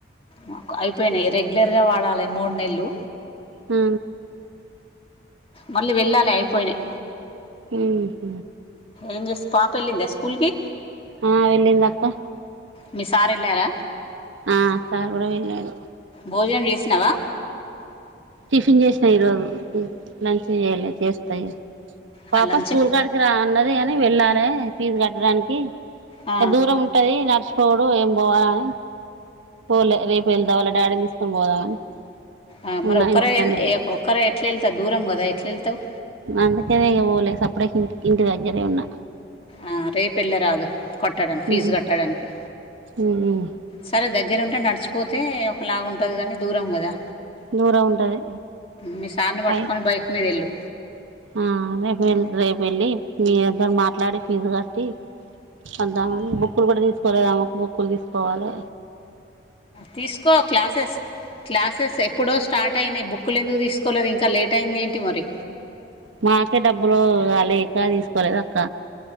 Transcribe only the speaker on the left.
మాకు అయిపోయినాయి రెగ్యులర్గా వాడాలే మూడు నెల్లు
మళ్ళీ వెళ్ళాలే అయిపోయినాయి
ఏం చేస్ పాప వెళ్ళిందా స్కూల్ కి
మీ సార్ వెళ్ళారా
భోజనం చేసినావా
ఆహా,
లంచ్
ఆ,
ఆ మరి
ఒక్కరే
ఏ ఒక్కరే ఎట్ల వెళ్తార్ దూరం కదా ఎట్ల వెళ్తావ్
ఆ రేపెళ్ల్ళ రాదు కట్టడం ఫీజు
కట్టడానికి
సరే దగ్గరూంటే నడిచిపోతే ఒకలాగ ఉంటది కానీ దూరం కదా
మీ సార్ని పట్టుకొని
బైక్ మీద వెల్ళు
తీసుకో క్లాసెస్ క్లాసెస్ ఎప్పుడో స్టార్ట్ అయినాయి బుక్లు ఎందుకు తీసుకోలేదు ఇంకా లేట్ అయింది ఏంటి మరి